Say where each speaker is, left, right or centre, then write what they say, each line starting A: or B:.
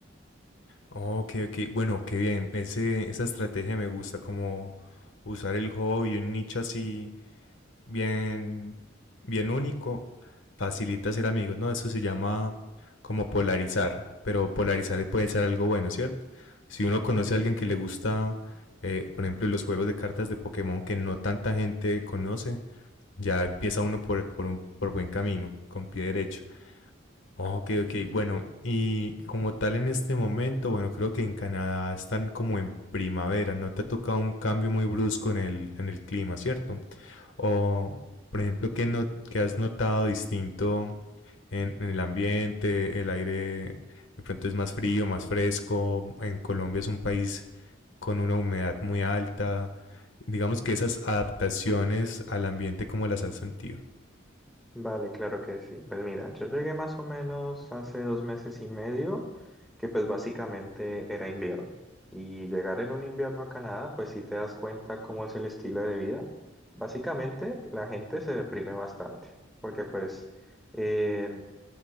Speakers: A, on the left (about 80°); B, in the centre.
A: Oh, Ok, ok. Bueno, qué bien. Ese, esa estrategia me gusta, como usar el hobby, un nicho así bien, bien único, facilita ser amigos, ¿no? Eso se llama como polarizar, pero polarizar puede ser algo bueno, ¿cierto? Si uno conoce a alguien que le gusta, eh, por ejemplo, los juegos de cartas de Pokémon que no tanta gente conoce, ya empieza uno por, por, un, por buen camino, con pie derecho. Ok, ok, bueno, y como tal en este momento, bueno, creo que en Canadá están como en primavera, no te ha tocado un cambio muy brusco en el, en el clima, ¿cierto? O, por ejemplo, ¿qué, no, qué has notado distinto en, en el ambiente? ¿El aire de pronto es más frío, más fresco? En Colombia es un país con una humedad muy alta. Digamos que esas adaptaciones al ambiente, ¿cómo las has sentido?
B: Vale, claro que sí. Pues mira, yo llegué más o menos hace dos meses y medio, que pues básicamente era invierno. Y llegar en un invierno a Canadá, pues sí te das cuenta cómo es el estilo de vida. Básicamente la gente se deprime bastante, porque pues eh,